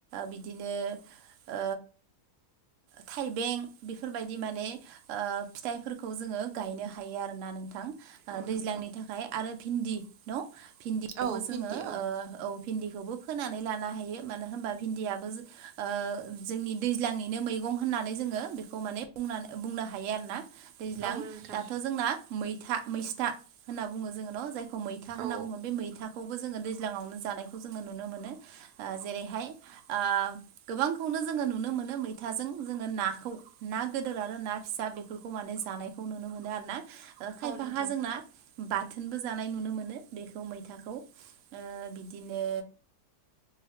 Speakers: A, on the right; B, on the right.
A: बिदिनो ओ थाइबें बेफोरबायदि माने फिथाइफोरखौ जोङो गायनो हायो आरोना नों थां
B: औ
A: दैज्लांनि
B: नोंथां
A: थाखाय आरो भिन्दि दं भिन्दिखौबो
B: औ
A: जोङो
B: भिन्दि
A: औ भिन्दिखौबो फोनानै लानो हायो मानो होमबा भिन्दियाबो जों ओ जोंनि दैज्लांंनिनो मै मैगं होननानै जोङो बेखौ माने बुंनानै बुंनो हायो आरो ना दैज्लां
B: औ नोंथां
A: दाथ' जोंना मैथा मैस्था होनना बुङो जोङो न' जायखौ मैथा होनना
B: औ
A: बुङो। बे मैथा खौबो जोङो दैज्लाङावनो जानायखौ जोङो नुनो मोनो ओ जेरैहाय आह। गोबांखौनो जोङो नुनो मोनो मैथाइ थाजों जोङो नाखौ ना गोदोर आरो ना फिसा बेफोरखौ माने जानायखौ नुनो मोनो आरो ना ओ खायफा
B: औ नोंथां
A: हा जोंना बाथोनबो जानाय नुनो मोनो बेखौ मैथाखौ। ओ बिदिनो